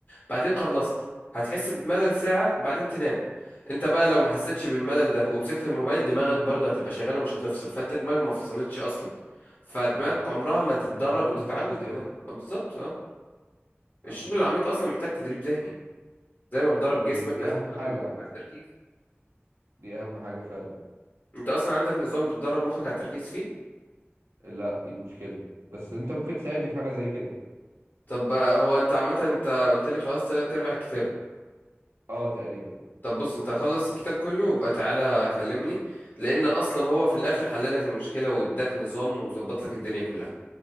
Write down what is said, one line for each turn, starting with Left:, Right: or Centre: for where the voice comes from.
Left: بعدين خلصت هتحس بملل ساعة بعدين تنام انت بقى لو ما حسيتش بالملل ده ومسكت الموبايل دماغك برضه هتبقى شغالة ومش هتفصل فانت دماغك ما فصلتش اصلا فدماغك
Right: ايوه
Left: عمرها ما تتدرب
Right: أنا كده حطيت
Left: وتتعود
Right: ضغط زيادة
Left: انها آه، بالظبط اه
Right: عندك
Left: الشغل
Right: حق
Left: العميق اصلا محتاج تدريب ذهني زي ما بتدرب
Right: دي
Left: جسمك
Right: دي
Left: لازم
Right: أهم
Left: تدرب
Right: حاجة
Left: مخك
Right: عامة
Left: على التركيز
Right: دي أهم حاجة فعلا
Left: انت اصلا عندك نظام بتدرب مخك على التركيز فيه
Right: لا دي مشكلة بس أنت ممكن تساعدني في حاجة زي كده
Left: طب آه، هو انت عامة انت قلت لي خلاص تلات ارباع الكتاب
Right: أه تقريبا
Left: طب بص انت خلص الكتاب كله وابقى تعالى كلمني لان اصلا هو في الاخر حل لك المشكله واداك نظام وظبط لك الدنيا كلها